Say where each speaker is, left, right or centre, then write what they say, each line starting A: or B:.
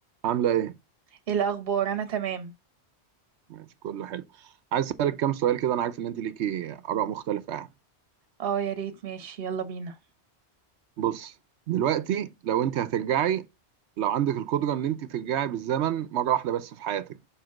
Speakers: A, on the right; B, on the right.
A: عاملة ايه؟
B: ايه الاخبار انا تمام
A: ماشي كله حلو عايز اسألك كام سؤال كده انا عارف ان انت ليكي آراء مختلفة يعني
B: اه يا ريت ماشي يلا بينا
A: بص دلوقتي لو انت هترجعي لو عندك القدرة ان انت ترجعي بالزمن مرة واحدة بس في حياتك